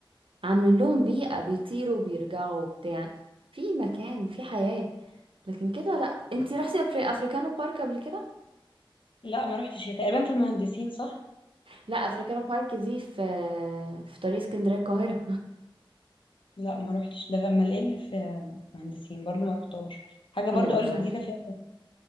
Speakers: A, on the right (about 70°); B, on the left (about 65°).
A: عاملين لهم بيئة بيطيروا بيرجعوا بتاع في مكان في حياة لكن كده لا انتي رحتي أفري- افريكانو بارك قبل كده
B: لا ما روحتش هي تقريبا في المهندسين صح
A: لا افريكانو بارك دي في في طريق اسكندرية القاهرة
B: لا ما روحتش ده في امال ايه اللي في مهندسين برضو ما روحتهاش حاجه برضو
A: <laughs> لا
B: قالوا
A: مش عارفة
B: جديده فيها